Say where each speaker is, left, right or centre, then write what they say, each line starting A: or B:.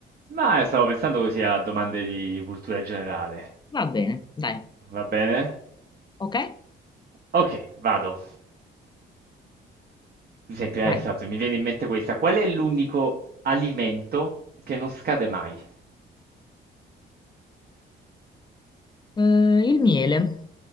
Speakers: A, on the right; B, on the left.
A: Ma stavo pensando così a domande di cultura generale.
B: va bene, dai,
A: Va bene?
B: ok?
A: Ok, vado. Per esempio, eh,
B: Dai.
A: esatto, mi viene in mente questa. Qual è l'unico alimento che non scade mai?
B: Eh, il miele.